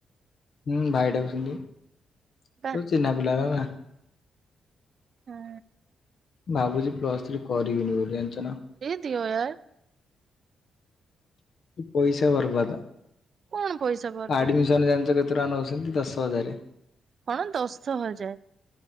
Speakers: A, on the left (about 55°); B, on the right (about 45°).
A: ହୁଁ ଭାଇଡକୁଛନ୍ତି
B: ବା
A: ଚିହ୍ନା ପିଲାଲା ରା ନା
B: ହୁଁ
A: ଭାବୁଚି ପ୍ଲସ ଥ୍ରୀ କରିବିନି ବୋଲି ଜାଣିଚନା।
B: ତିଓ ୟାର
A: ପଇସା ବରବାଦ
B: କଣ ପଇସା ବର୍ବାଦ
A: ଆଡମିସନ ଯାନୀଚ କେ ପୁରା ନଉଛନ୍ତି ଦଶ ହଜାର
B: କଣ ଦସ୍ସ୍ତ ହୋଇଯାଏ